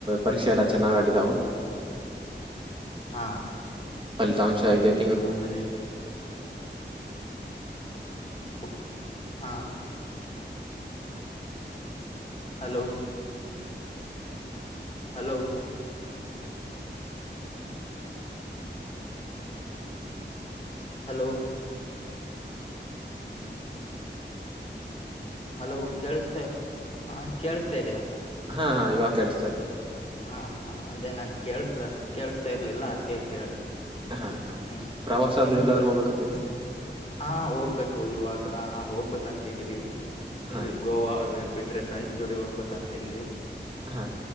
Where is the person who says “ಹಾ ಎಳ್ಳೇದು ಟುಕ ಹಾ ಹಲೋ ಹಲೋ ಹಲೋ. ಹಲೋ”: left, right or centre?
Left